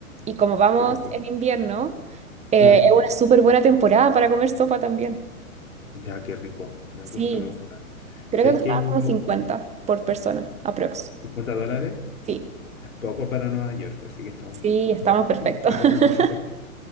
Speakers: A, on the right; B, on the left.
A: Y como vamos
B: Qué rico.
A: en invierno, eh,
B: Mm,
A: es una súper buena temporada para comer sopa también.
B: ya, qué rico. Me
A: Sí.
B: gusta, me gusta.
A: Creo
B: ¿Sabéis
A: que costaba
B: que yo
A: como 50 por persona, aprox.
B: 50 dólares
A: Sí,
B: es poco para Nueva York, así que estamos
A: sí,
B: bien.
A: estamos
B: <laughs>
A: perfectos.
B: Está
A: <laughs>
B: dentro del presupuesto.